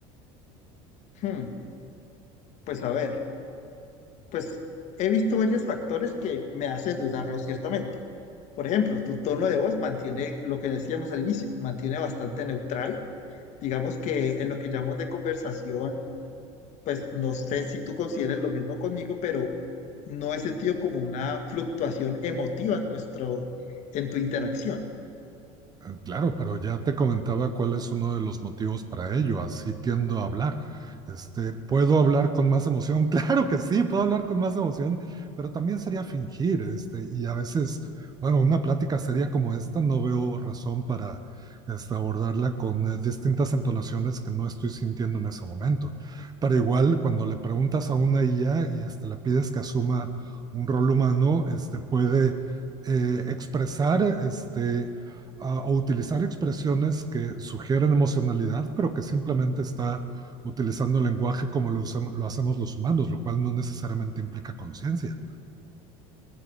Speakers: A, on the left; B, on the right.
A: Hmm, pues a ver, pues he visto varios factores que me hace dudarlo ciertamente. Por ejemplo, tu tono de voz mantiene lo que decíamos al inicio, mantiene bastante neutral. Digamos que en lo que llamamos de conversación, pues no sé si tú consideres lo mismo conmigo, pero no he sentido como una fluctuación emotiva en nuestro, en tu interacción.
B: Eh, Claro, pero ya te comentaba cuál es uno de los motivos para ello. Así tiendo a hablar. Este, ¿puedo hablar con más emoción? <laughs> Claro que sí, puedo hablar con más emoción, pero también sería fingir, este, y a veces, bueno, una plática seria como esta, no veo razón para este, abordarla con eh, distintas entonaciones que no estoy sintiendo en ese momento. Pero igual, cuando le preguntas a una IA y este, le pides que asuma un rol humano, este, puede eh, expresar este, a, a utilizar expresiones que sugieren emocionalidad, pero que simplemente está utilizando el lenguaje como lo, usam- lo hacemos los humanos, lo cual no necesariamente implica conciencia.